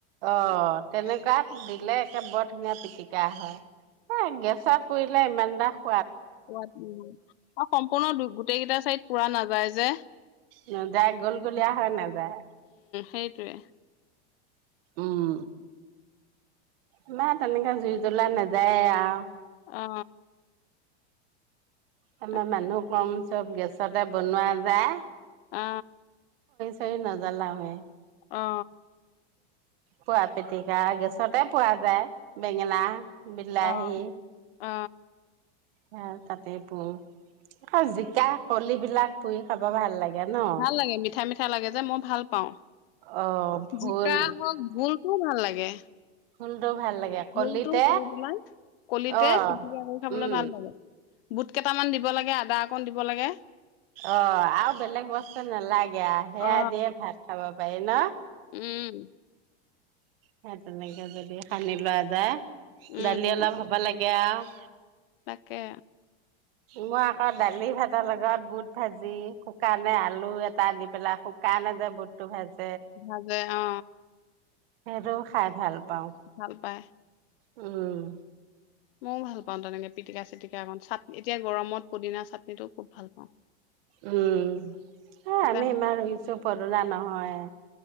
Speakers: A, on the right; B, on the left.
A: অ, তেনেকুৱাত দিলে একে বৰ ধুনীয়া পিটিক কা হয়, এই গেছত পুই <unintelligible>
B: <unintelligible> অ, সম্পূৰ্ণ দু-গোটেইকেইটা চাইদ পোৰা নাযায় যে।
A: নাযায় গোলগুলীয়া
B: উম,
A: হৈ নাযায়।
B: সেই তোৱে।
A: উম, আমাৰ তেনেকা জুই জ্বলা নাযায় আউ।
B: অ
A: আমা
B: তাকে
A: মানুহ কম চব গেছতে বনোৱা যায়।
B: অ।
A: <unintelligible> নজলাওঁ এ।
B: অ।
A: পোৱা পিটিকা গেছতে পোৱা যায়। বেঙেনা, বিলাহী
B: অ অ
A: হেয়া তাতে পো। আকৌ জিকা কলিবিলাক পুই খাব ভাল লাগে। ন
B: ভাল লাগে মিঠা মিঠ <unintelligible> লাগে যে, মই ভাল পাওঁ।
A: অ ভোল
B: জিকা হওঁক, ভোলটোও ভাল লাগে।
A: ভোলটো ভাল লাগে কলিতে
B: ভোলটো পুৰি পেলাই, কলিতে
A: অ
B: পিটিকা কৰি খাবলৈ
A: উম
B: ভাল লাগে, বুট কেটামান দিব লাগ এ আদা অকণ দিব লাগে
A: অ, আউ বেলেগ বস্তু নেলাগেআ হেয়া
B: অ
A: দিয়ে ভাত খাব পাই না
B: উম।
A: হেয়া তেনেকে যদি সানি লোৱা যায়
B: উম
A: দালি অলপ হ'ব লাগ <unintelligible>
B: তাকে।
A: মই আকৌ দালি ভাতৰ লগত বুট ভাজি, শুকানে আলু এটা দি পেলাই, শুকানে যে বুটটো ভাজ
B: ভাজে অ
A: সেইটো খাই ভাল পাওঁ
B: ভাল পায়।
A: উম।
B: মইও ভাল পাওঁ তেনেকে পিটিকা চিটিকা অকণ চাট এতিয়া গৰমত পুদিনা চাটনিটো খুব ভাল পাওঁ।
A: উম এ
B: তাতে
A: আমি ইমান ৰুইছো পদুণা নহয়।